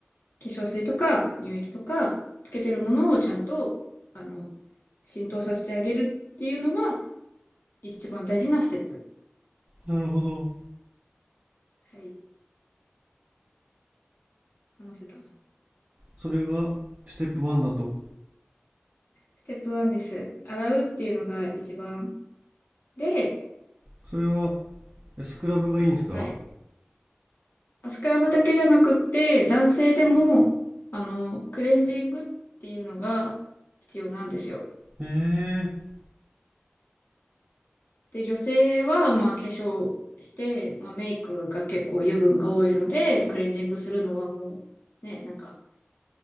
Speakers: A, on the left (about 55°); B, on the right (about 35°).
A: 化粧水とか乳液とかつけてるものをちゃんと、あの、浸透させてあげるっていうのが一番大事なステップ。
B: なるほど。
A: はい、話せた。
B: それが、ステップ1だと。
A: ステップ1です。洗うっていうのが一番で、
B: それは、えスクラブがいいんですか
A: はい。スクラブだけじゃなくって、男性でも、あの、クレンジングっていうのが必要なんですよ。
B: ええ
A: で、女性は、まあ、化粧して、まあ、メイクが結構油分が多いので、クレンジングするのはもう、ね、なんか、